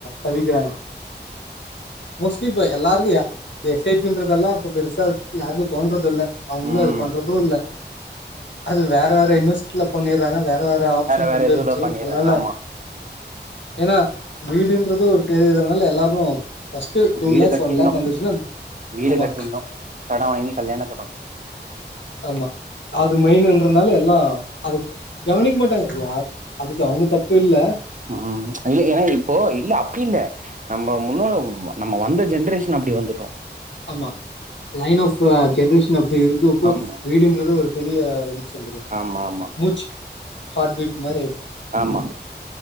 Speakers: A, on the left; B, on the right.
A: தவிக்கிறாங்க மோஸ்ட்லி இப்ப எல்லார்க எஸ் ஐ பி ன்றதெல்லா இப்ப பெருசா யார்கு தோன்றதில்ல அவுங்ளு
B: ம்
A: அது பண்றது இல்ல அது வேற வேற இன்வெஸ்ட்டுல பண்ணிறாங்க வேற வே வேற ஆப்ஷன்ஸ்
B: வேற
A: வந்துருச்சு
B: இதுல பண்ணிடுறாங்க
A: அதனால
B: ஆமா
A: ஏன்னா வீடுன்றது ஒரு பெரிய இது அதனால எல்லாரு பஸ்ட்டு டூ
B: வீடு
A: லேக்ஸ்
B: கட்டிட்ணு
A: ஒன் லேக் வந்துச்சுன்னா
B: வீடு
A: ஆமா
B: கட்டிருந்தோ கட வாங்கி கல்யாணத்த பண்ணி
A: ஆமா அது மெயினுன்றதனால எல்லா அது கவனிக்க மாட்டாங்க யார் அதுக்கு அவுங்க தப்பு இல்ல
B: உம் இல்ல ஏன்னா இப்போ இல்ல அப்பி இல்ல நம்ம முன்னோ நம்ம வந்த ஜென்ரேஷன் அப்டி வந்துட்டோ
A: ஆமா லைன் ஆஃப் ஜென்ரேஷன் ஆப் து இருக்கு இப்போ
B: ஆமா
A: வீடுன்றது ஒரு பெரிய ஒரு எப்புடி சொல்றது
B: ஆமா ஆமா
A: மூச்சுக் ஹார்ட் பீ்ட் மாரி ஆயிடுச்சு
B: ஆமா